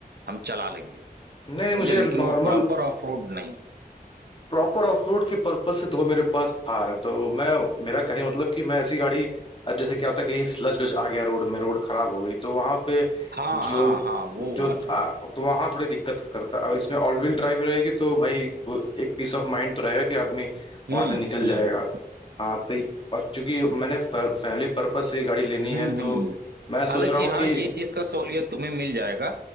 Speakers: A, on the right; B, on the left.
A: हम चला लेंगे
B: नहीं नहीं
A: समझे
B: मुझे
A: लेकिन
B: नॉर्मल
A: वो प्रॉपर ऑफ रोड नहीं
B: प्रॉपर ऑफ रोड के पर्पज से तो मेरे पास थार है तो मैं मेरा कहने का मतलब कि मैं ऐसी गाड़ी अब जैसे क्या होता है कि स्लज वज आ गया रोड में रोड खराब हो गई तो वहां पे
A: हाँ
B: जो
A: हाँ हाँ वो
B: जो
A: वाली
B: आ,
A: चीज
B: तो वहां थोड़ी दिक्कत करता है अब इसमें ऑल व्हील ड्राइव रहेगी तो भाई वो एक पीस ऑफ माइंड तो रहेगा कि आदमी
A: हम्म
B: वहां से निकल
A: हम्म
B: जाएगा
A: हम्म
B: हाँ तो और चूंकि मैंने फैमिली पर्पज से ये गाड़ी लेनी
A: हम्म
B: है तो
A: हम्म।
B: मैं सोच
A: हालांकि
B: रहा हूँ
A: हाँ
B: कि
A: ये चीज का सहूलियत तुम्हें मिल जाएगा